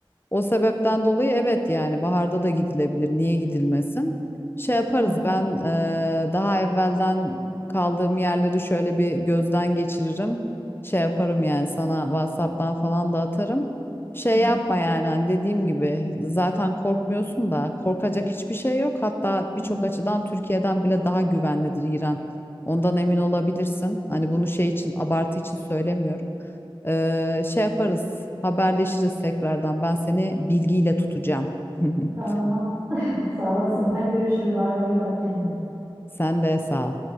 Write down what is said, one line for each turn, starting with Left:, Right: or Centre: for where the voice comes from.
Left: O sebepten dolayı evet yani baharda da gidilebilir. Niye gidilmesin? Şey yaparız
Right: Okey.
Left: ben eee, daha evvelden kaldığım yerleri şöyle bir gözden geçiririm. Şey yaparım yani sana WhatsApp'tan falan da atarım. Şey
Right: Hı hı.
Left: yapma yani hani dediğim gibi zaten korkmuyorsun da korkacak hiçbir şey yok. Hatta birçok
Right: Hı hı.
Left: açıdan Türkiye'den bile daha güvenlidir İran. Ondan emin olabilirsin. Hani bunu şey için abartı için söylemiyorum. Ee, şey yaparız, haberleşiriz tekrardan. Ben seni bilgiyle tutacağım. <laughs>
Right: Tamam. Sağ olasın. Hadi görüşürüz. Bay bay. İyi bak kendine.
Left: Sen de sağ ol.